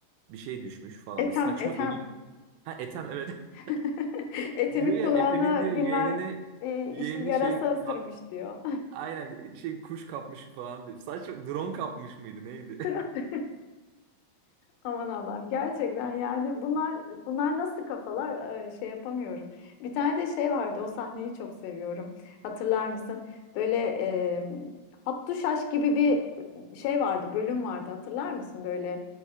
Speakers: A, on the right (about 80°); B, on the left (about 80°).
A: bir şey düşmüş falan
B: Ethem
A: böyle saçma
B: Ethem
A: ölüm. Ha Ethem evet. <laughs>
B: <laughs> Etemin
A: Diyor
B: kulağına
A: ya Ethem'in diyor
B: bilmem
A: yeğenini
B: e,
A: yeğenini
B: işte yarasa
A: şey ka-
B: ısırmış diyor.
A: aynen şey kuş kapmış falan diyor. Saçma drone kapmış mıydı neydi?
B: <laughs>
A: <laughs>
B: Aman Allah'ım gerçekten yani bunlar bunlar nasıl kafalar e, şey yapamıyorum. Bir tane de şey vardı o sahneyi çok seviyorum. Hatırlar mısın? Böyle e, Hattuşaş gibi bir şey vardı bölüm vardı hatırlar mısın? Böyle